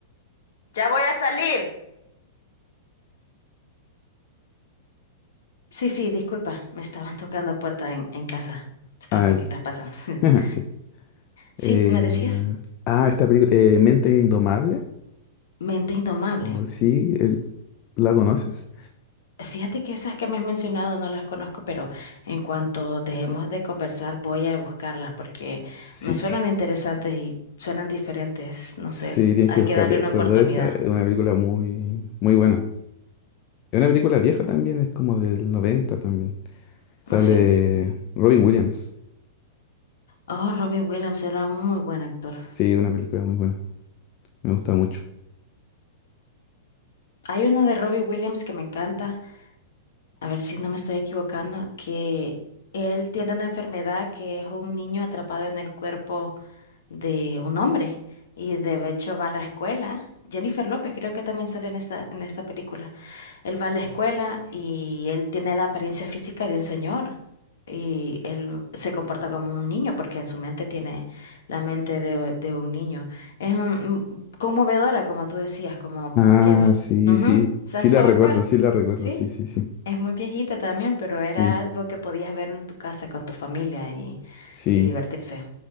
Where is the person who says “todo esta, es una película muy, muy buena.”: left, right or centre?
Left